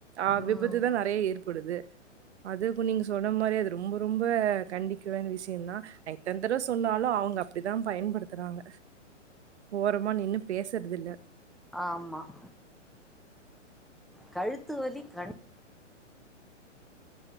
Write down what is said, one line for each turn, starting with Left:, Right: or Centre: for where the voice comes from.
Right: ஆ
Centre: ம்
Right: விபத்துதா நிறைய இருக்கு டுது அதுக்கு நீங்க சொன்ன மாதிரி அது ரொம்ப ரொம்ப கண்டிக்க வேண்ட விஷய தா எத்தனை தடவ சொன்னாலு அவங்க அப்படிதா பயன்படுத்துறாங்க ஓரமா நீன்னு பேசுறது இல்ல
Centre: ஆமாம் கழுத்து வலி கண்